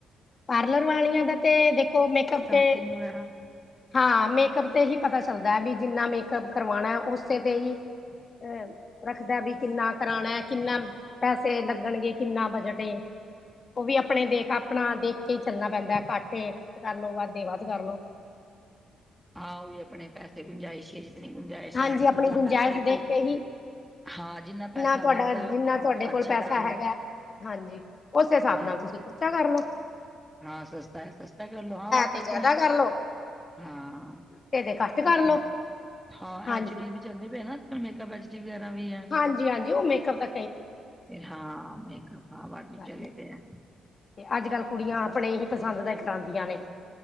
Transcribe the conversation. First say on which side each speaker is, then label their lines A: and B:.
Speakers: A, on the left; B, in the centre.
A: ਪਾਰਲਰ ਵਾਲੀਆਂ ਦਾ ਤੇ ਦੇਖੋ ਮੇਕਅੱਪ
B: ਸਟਾਰਟਿੰਗ
A: ਤੇ।
B: ਵਗੈਰਾ
A: ਹਾਂ ਮੇਕਅਪ ਤੇ ਹੀ ਪਤਾ ਚੱਲਦਾ ਵੀ ਜਿੰਨਾ ਮੇਕਅਪ ਕਰਵਾਉਣਾ ਉਸੇ ਤੇ ਹੀ। ਅ ਰੱਖਦਾ ਵੀ ਕਿੰਨਾ ਕਰਾਉਣਾ ਕਿੰਨਾ ਪੈਸੇ ਲੱਗਣਗੇ ਕਿੰਨਾ ਬਜਟ ਏ ਉਹ ਵੀ ਆਪਣੇ ਦੇਖ ਆਪਣਾ ਦੇਖ ਕੇ ਹੀ ਚੱਲਣਾ ਪੈਂਦਾ ਘੱਟ ਏ ਕਰਲੋ ਵੱਧ ਏ ਵੱਧ ਕਰਲੋ।
B: ਹਾਂ ਉਹ ਵੀ ਆਪਣੇ ਪੈਸੇ ਗੁੰਜਾਇਸ਼ ਹੈ ਜਿਤਨੀ ਗੁੰਜਾਇਸ਼
A: ਹਾਂਜੀ
B: ਹੈ
A: ਆਪਣੀ
B: ਜਿਤਨਾ
A: ਗੁੰਜਾਇਸ਼
B: ਪੈਸਾ ਦੇਖੋ
A: ਦੇਖ ਕੇ ਹੀ
B: ਹਾਂ ਜਿੰਨਾ ਪੈਸਾ
A: ਤੁਹਾਡਾ
B: ਵੱਧਦਾ
A: ਜਿੰਨਾ ਤੁਹਾਡੇ ਕੋਲ
B: ਅੱਛਾ
A: ਪੈਸਾ
B: ਕਰਾ ਲੋ।
A: ਹੈਗਾ ਹਾਂਜੀ ਉਸ ਹਿਸਾਬ
B: ਹਾਂ
A: ਨਾਲ ਤੁਸੀਂ ਖਰਚਾ ਕਰਲਓ
B: ਹਾਂ ਸਸਤਾ ਹੈ ਸਸਤਾ ਕਰਲੋ ਹਾਂ ਉਹ ਤਾਂ
A: ਤੇ
B: ਆਪਣੇ
A: ਜ਼ਿਆਦਾ ਕਰਲੋ
B: ਹਾਂ
A: ਤੇ ਤੇ ਘੱਟ ਕਰਲੋ
B: ਇਹ ਤੇ ਹੈ ਹਾਂ
A: ਹਾਂਜੀ
B: ਐਚ ਡੀ ਵੀ ਚੱਲਦੇ ਪਏ ਨਾ ਮੇਕਪ ਐਚ ਵਗੈਰਾ ਵੀ ਆ
A: ਹਾਂਜੀ-ਹਾਂਜੀ ਉਹ ਮੇਕਅਪ ਤਾਂ
B: ਹਾਂ ਮੇਕਅਪ ਹਾਂ ਬਾਕੀ
A: <inaudible>
B: ਚਲੇ ਤੇ ਹੈ।
A: ਅੱਜ ਕੱਲ ਕੁੜੀਆਂ ਆਪਣੇ ਹੀ ਪਸੰਦ ਦਾ ਕਰਾਂਦੀਆਂ ਨੇ।